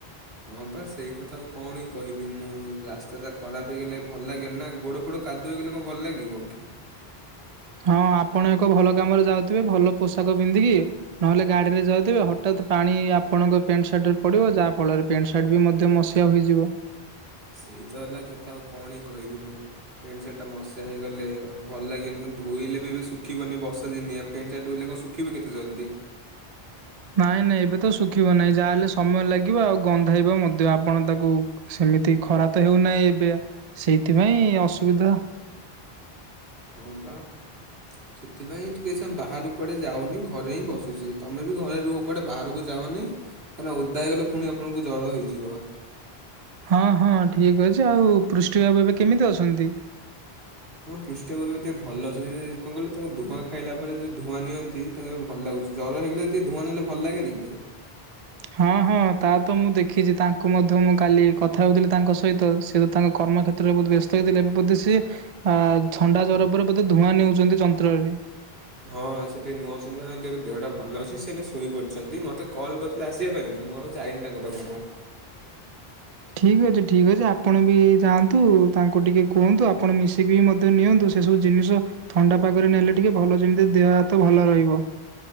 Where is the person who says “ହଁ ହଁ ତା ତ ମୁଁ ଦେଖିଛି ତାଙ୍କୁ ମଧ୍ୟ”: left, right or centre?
Right